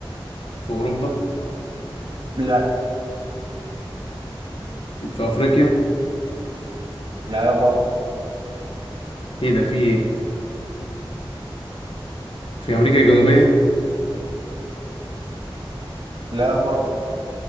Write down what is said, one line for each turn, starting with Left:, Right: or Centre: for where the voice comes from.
Left: في اوروبا
Right: لا
Left: في افريقيا
Right: لا برضو
Left: ايه ده في ايه في امريكا الجنوبيه
Right: لا برضو